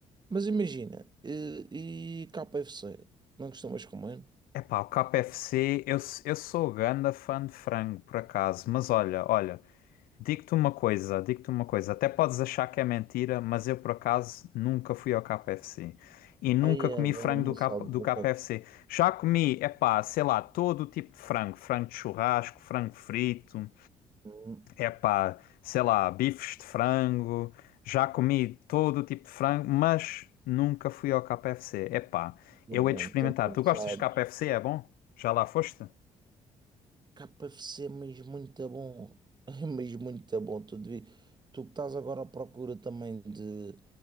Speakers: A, on the right; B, on the left.
A: Mas imagina, e, e K F c não costumas comer?
B: Epá, o KFC, eu, s- eu sou ganda fã de frango, por acaso, mas olha, olha, digo-te uma coisa, digo-te uma coisa, até podes achar que é mentira, mas eu, por acaso, nunca fui ao KFC e nunca
A: Aí é
B: comi
A: bem,
B: frango
A: não
B: do,
A: sabes
B: K, do
A: o
B: KFC.
A: que é.
B: Já comi, epá, sei lá, todo o tipo de frango, frango de churrasco, frango frito,
A: Hum,
B: Epá, sei lá, bifes de frango, já comi todo o tipo de frango, mas nunca fui ao KFC. Epá,
A: bom,
B: eu hei de experimentar.
A: tu não
B: Tu gostas
A: sabes.
B: de KFC? É bom? Já lá foste?
A: KFC é mesmo muito bom. <laughs> É mesmo muito bom. Tu, devi... tu que estás agora à procura também de,